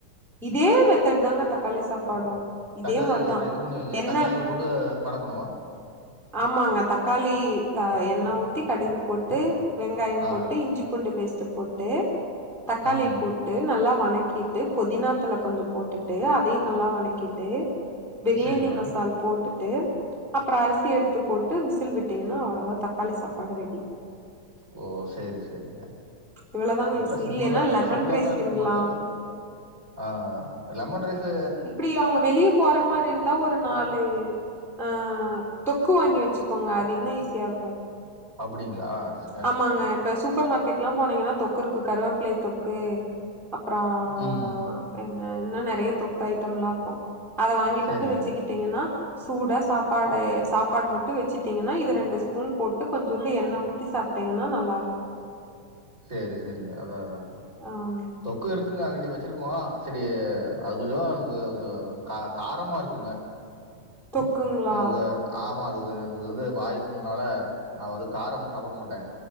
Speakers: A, in the centre; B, on the right (about 25°).
A: இதே மெத்தட் தாங்க தக்காளி சாப்பாடும் இதே
B: தக்காளி
A: மாரிதா
B: ஏன்னா இது பண்ணுவீங்க
A: என்ன
B: தக்காளிய போட்டு வணக்கணு
A: ஆமாங்க தக்காளி த எண்ணெ ஊத்தி கடுகு போட்டு வெங்காயம்
B: ஆ
A: போட்டு இஞ்சி பூண்டு பேஸ்ட்டு போட்டு தக்காளி
B: ம்
A: போட்டு நல்லா வனக்கிட்டு புதினா தழ கொஞ்சம் போட்டுட்டு அதையும் நல்லா வனக்கிட்டு பிரியாணி
B: சரிங்க
A: மசால் போட்டுட்டு அப்பறோ அரிசி எடுத்து போட்டு விசில் விட்டிங்கன்னா அவ்ளதா தக்காளி சாப்பாடு ரெடி
B: ஓ செரி செரிங்க
A: இவ்ளோதாங்க
B: இதுல்லா
A: ஈசி
B: சிம்பிளா
A: இல்லைன்னா லெமன்
B: சிம்பிளாதா
A: ரைஸ்
B: இருக்க
A: கிண்ட்லா
B: மாட்டுக்கு ஆ ஆ லெமன் ரைஸ்ஸு
A: இ அவங்க வெளியப் போற மாரி இருந்தா ஒரு நாலு ஆ தொக்கு வாங்கி வச்சுக்கோங்க அது இன்னு ஈஸியா இருக்கும்
B: அப்படிங்ளா செ
A: ஆமாங்க இப்ப சூப்பர் மார்க்கெட்ல்லா போனீங்கன்னா தொக்கு இருக்கு கருவேப்பிலை தொக்கு அப்பறம்
B: ம்
A: என்ன இன்னு நெறைய தொக்கு ஐட்டம்லாருக்கு அத வாங்கிட்டு
B: சேரிங்க
A: வந்து வெச்சுக்கிட்டீங்கன்னா சூடா சாப்பாடு சாப்பாடு மட்டு வெச்சுட்டீங்கன்னா இது ரெண்டு ஸ்பூன் போட்டு கொஞ்சோண்டு எண்ணெ ஊத் த்தி சாப்ட்டீங்கன்னா நல்லாருக்கும்
B: சேரி செரிங்க அதா அதா
A: ஆம்
B: தொக்கு இருக்குங்க ஆல்ரெடி வச்சிருக்கோம் செரி அது கொஞ்சம் நமக்கு கொஞ்சம் கா காரமா இருக்குங்க
A: தொக்குங்களா
B: நமக்கு ஆமா அது கொஞ்சம் எனக்கு வந்து வாய்ப்புண்ணுனால நா வந்து காரமு சாப்பிட மாட்ட